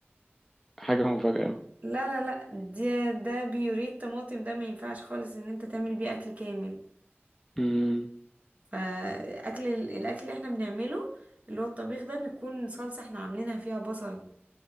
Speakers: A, in the centre; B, on the right.
A: حاجه مفاجاه قوي
B: لا لا لا ده ده بيوريه طماطم ده ما ينفعش خالص ان انت تعمل بيه اكل كامل
A: مم.
B: فاكل الاكل اللي احنا بنعمله اللي هو الطبيخ ده بيكون صلصة احنا عاملينها فيها بصل